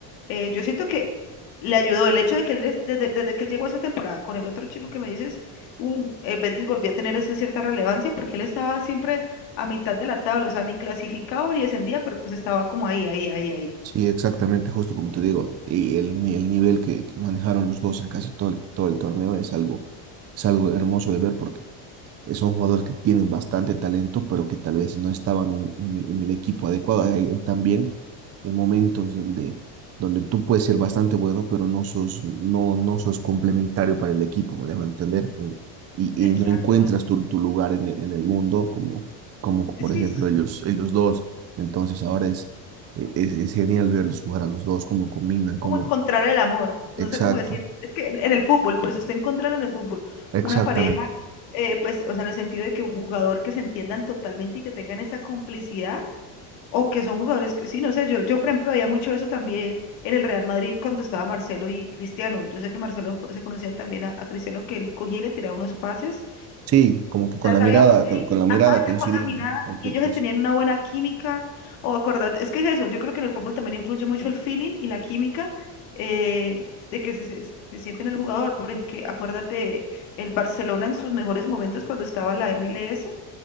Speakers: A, on the left; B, on the right.
A: eh, yo siento que le ayudó el hecho de que él, des- desde, desde que él llegó a esa temporada con el otro chico que me dices, un- el Betis volvió a tener esa cierta relevancia porque él estaba siempre a mitad de la tabla, o sea, ni clasificado ni descendía, pero pues estaba como ahí, ahí, ahí, ahí.
B: sí, exactamente, justo como te digo, y el, ni- el nivel que, que manejaron los dos en casi todo el, todo el torneo es algo, es algo hermoso de ver porque eh, son jugadores que tienen bastante talento, pero que tal vez no estaban en, en el, en el equipo adecuado. Hay, hay también eh, momentos donde, donde tú puedes ser bastante bueno, pero no sos, no, no sos complementario para el equipo, me dejo entender, En- y,
A: Exacto.
B: y no encuentras tu, tu lugar en el, en el mundo como, como por
A: Sí,
B: ejemplo
A: es
B: ellos, ellos dos. Entonces ahora es, eh, es, es genial verlos jugar a los dos, cómo combinan, cómo...
A: como encontrar el amor, no
B: Exacto,
A: sé cómo decir, es que en en el fútbol, pues usted encontrar en el fútbol
B: exactamente.
A: una pareja, eh, pues, o sea, en el sentido de que un jugador que se entiendan totalmente y que tengan esa complicidad O que son jugadores que, sí, no sé, yo, yo por ejemplo veía mucho eso también en el Real Madrid cuando estaba Marcelo y Cristiano. Yo sé que Marcelo co- se conocía también a, a Cristiano, que él cogía y le tiraba unos pases.
B: Sí, como que con
A: Ya
B: la
A: sabía,
B: mirada,
A: bo-
B: con, con la mirada
A: ajá,
B: coincidían
A: ya con la mirada.
B: cualquier
A: Y ellos
B: cosa.
A: se tenían una buena química. O acordate, es que es eso, yo creo que en el fútbol también influye mucho el feeling y la química eh, de que se, se, se siente en el jugador. Porque acuérdate, el Barcelona en sus mejores momentos cuando estaba la MLS,